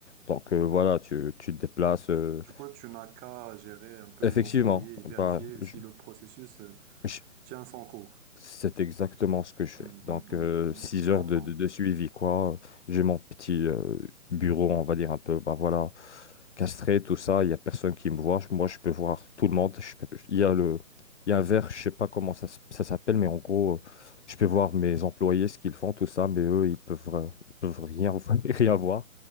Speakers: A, on the left (about 50°); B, on the right (about 20°).
A: Donc euh, voilà, tu, tu te déplaces. euh,
B: Du coup, tu n'as qu'à gérer un peu
A: Effectivement,
B: les employés et vérifier
A: bah, je,
B: si le processus euh,
A: je
B: tient son cours.
A: C'est exactement ce que je fais.
B: Mhm,
A: Donc,
B: mhm,
A: euh,
B: mhm.
A: six
B: Je
A: heures
B: comprends.
A: de, de, de suivi, quoi. J'ai mon petit euh, bureau, on va dire un peu, bah voilà, castré, tout ça. Il y a personne qui me voit. Je- Moi, je peux voir tout le monde. Je peux- il y a le, il y a un verre, je sais pas comment ça, s- ça s'appelle, mais en gros, euh, je peux voir mes employés, ce qu'ils font, tout ça, mais eux, ils peuvent, euh, ils peuvent rien, <laughs> rien voir.